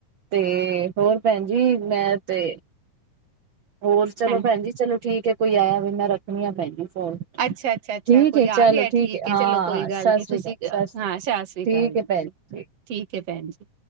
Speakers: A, on the right; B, on the right.
A: ਤੇ ਹੋਰ ਭੈਣ ਜੀ ਮੈਂ ਤੇ। ਹੋਰ ਚਲੋ
B: ਹੈ
A: ਭੈਣ ਜੀ ਚਲੋ ਠੀਕ ਏ ਕੋਈ ਆਇਆ ਵੇ ਮੈਂ ਰੱਖਣੀ ਆ ਭੈਣ ਜੀ ਫੋਨ।
B: ਅੱਛਾ ਅੱਛਾ ਅੱਛਾ
A: ਠੀਕ
B: ਕੋਈ
A: ਹੈ ਚਲੋ
B: ਆ ਗਿਆ
A: ਠੀਕ ਹੈ ਹਾਂ
B: ਚਲੋ ਕੋਈ
A: ਹਾਂ
B: ਗੱਲ
A: ਸਸਰੀ
B: ਨੀ ਤੁਸੀਂ
A: ਅਕਾਲ ਸਸਰੀ
B: ਹਾਂ
A: ਅਕਾਲ
B: ਸਤਿ ਸ੍ਰੀ ਅਕਾਲ
A: ਠੀਕ
B: ਜੀ
A: ਹੈ ਭੈਣ। ਠੀਕ
B: ਠੀਕ ਹੈ ਭੈਣ ਜੀ